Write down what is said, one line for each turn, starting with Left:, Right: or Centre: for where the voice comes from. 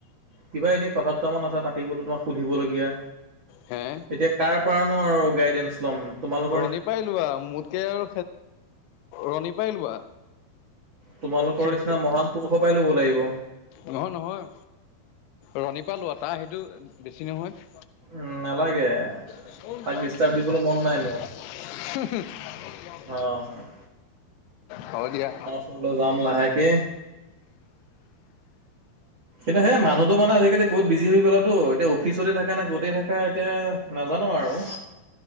Right: কিবা এনে কথা দুটামান আছে পাতিবলৈ <inaudible> সুধিবলগীয়া,
Left: হে
Right: এতিয়া কাৰ পৰানো আৰু গাইডেনছ লম তোমালোক
Left: ৰণী পাই লোৱা মোতকে আৰু ৰণী পাই লোৱা।
Right: তোমালোকৰ
Left: খেখে।
Right: নিচিনা মহান পুৰুষৰ পৰাই ল'ব লাগিব
Left: নহয় নহয়, ৰণী পা লোৱা তাৰ সেইটো বেছি নহয়। <inaudible>
Right: উম নালাগে
Left: <inaudible>
Right: তাক ডিষ্টাৰ্ব দিবলৈ মন নাই মোৰ অ'।
Left: হ'ব দিয়া।
Right: ঘৰলৈ যাম লাহেকে। কেনহে মানুহটো মানে আজিকালি বহুত বিজি হৈ গ'লাতো। তে, অফিচতে থাকা না ক'তে থাকা, এতিয়া নাজানো আৰু।